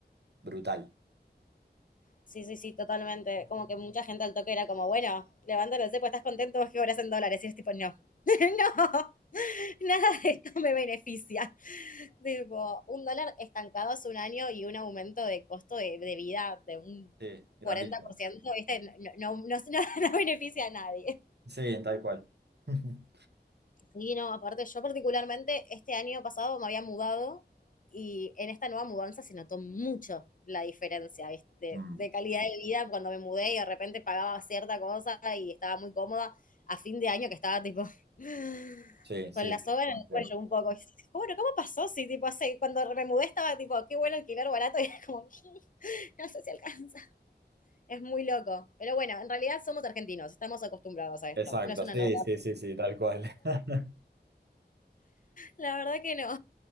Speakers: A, on the right; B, on the left.
A: brutal.
B: Sí, sí, sí, totalmente. Como que mucha gente al toque era como, bueno, levántate, pues estás contento, vos que cobras en dólares. Y es tipo, no, <laughs> no, nada de esto me beneficia. <laughs> Tipo, un dólar estancado hace un año y un aumento de costo de, de vida de un
A: Sí, grandísimo.
B: 40%, ¿viste? No, no, no, <laughs> no no beneficia a nadie.
A: Sí, tal cual. <laughs>
B: Sí, no, aparte yo particularmente este año pasado me había mudado y en esta nueva mudanza se notó mucho la diferencia ¿viste? De,
A: Mm,
B: de calidad de vida cuando me mudé y de repente pagaba cierta cosa y estaba muy cómoda a fin de año que estaba tipo <laughs>
A: Sí, sí,
B: con la
A: sí.
B: soga en
A: tal
B: el
A: cual.
B: cuello un poco. Y, ¿Cómo, ¿Cómo pasó? Si tipo hace, cuando me mudé estaba tipo, qué bueno alquiler barato <laughs> y era como, <laughs> no sé si alcanza. Es muy loco. Pero bueno, en realidad somos argentinos, estamos acostumbrados a esto.
A: Exacto,
B: No es una
A: sí,
B: novedad.
A: sí, sí, sí, tal cual. <laughs>
B: La verdad que no.